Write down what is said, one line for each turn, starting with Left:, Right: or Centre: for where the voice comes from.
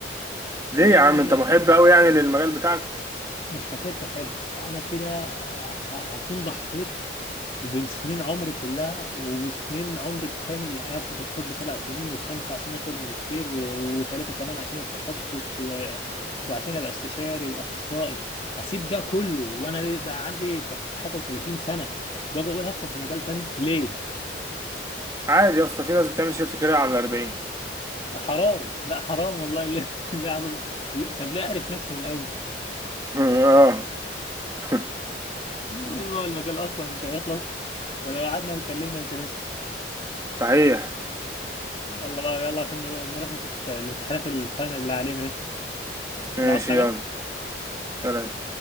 Right: ليه
Left: لأني
Right: يا عم انت محب قوي يعني للمجال بتاعك
Left: مش حكاية بحب أنا كده ه- هكون ضحيت بين سنين عمري كلها وسنين عمري التاني اللي قعدته في الطب سبع سنين وخمسة عشان آخد ماجستير و- وتلاتة كمان عشان التخصص و... وعشان أبقى استشاري وأخصائي أسيب ده كله وأنا بقى عندي في حدود حاجة و30 سنة وأجي أقول هدخل في مجال تاني ليه؟
Right: عادي يا اسطى في ناس بتعمل شيفت كارير على 40
Left: حرام لا حرام والله <laughs> ليه ليه عظم ليه- طب ليه اعرف نفسي من الاول
Right: <laughs> اه <laughs>
Left: المهم هو المجال اصلا مش هيخلص ولو قعدنا اتكلمنا مش هنسكت
Right: صحيح
Left: يلا بقى يلا عشان نروح نشوف الامتحانات الفاينل اللي علينا ده
Right: ماشي
Left: ولا عاوز حاجه
Right: يلا سلام